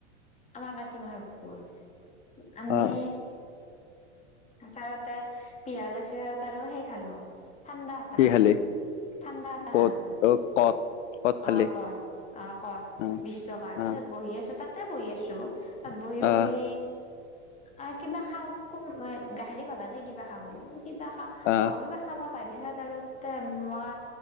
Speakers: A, on the left (about 20°); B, on the left (about 75°).
A: আমাৰ কাতি মাহৰ কুকুৰ। আমি
B: অ
A: চাৰতাই পিয়াহ লাগছে তাৰপিছত আৰু সেই খালো। ঠাণ্ডা এটা
B: কি
A: খালো,
B: খালি
A: ঠাণ্ডা এটা
B: ক'ত
A: খালো।
B: অ ক'ত ক'ত খালি
A: অ' ক'ত, অ' ক'ত
B: অ
A: বিশ টকা তাৰপিছত
B: অ
A: বহি আছো তাত তে বহি আছো তাত বহি
B: আহ
A: বহি আৰু কিবা খাওঁ গাহৰি কলা দে কিবা খাও বুলি কিবা খা
B: আহ
A: অ' কিবা খাবা পাৰি তাৰপিছত মই